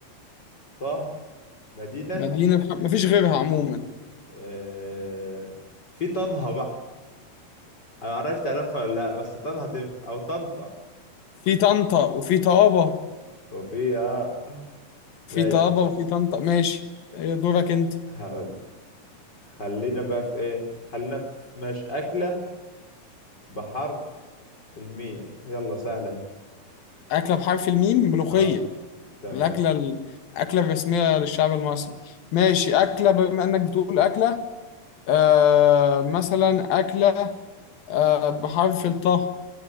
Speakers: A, on the left; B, on the left.
A: طه مدينة
B: مدينة بحرف مفيش غيرها عموما
A: آه في طنها بقى انا معرفش تعرفها ولا لا بس طنها تنفع او طنطا
B: في طنطا وفي طابة
A: وفي اه
B: في
A: ماشي
B: طابة وفي طنطا ماشي إيه دورك انت
A: هقول خلينا بقى في ايه خلينا في مش أكلة بحرف الميم يلا سهلة اهي.
B: أكلة بحرف الميم ملوخية
A: اه تمام
B: الأكلة ال- الأكلة الرسمية للشعب المصري ماشي أكلة بما إنك بتقول أكلة آه مثلا أكلة آه بحرف الطه